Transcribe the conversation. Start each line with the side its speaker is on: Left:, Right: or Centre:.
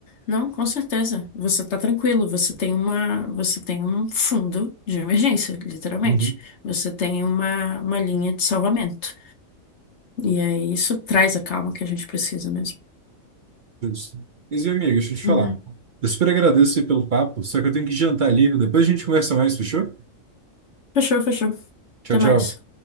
Left: Não, com certeza. Você está tranquilo. Você tem uma, você tem um fundo de emergência, literalmente.
Right: Uhum.
Left: Você tem uma, uma linha de salvamento. E aí isso traz a calma que a gente precisa mesmo.
Right: Justo. Mas, meu amigo, deixa eu te
Left: Uhum.
Right: falar. Eu super agradeço aí pelo papo, só que eu tenho que jantar ali. Depois a gente conversa mais, fechou?
Left: Fechou, fechou.
Right: Tchau,
Left: Até
Right: tchau.
Left: mais.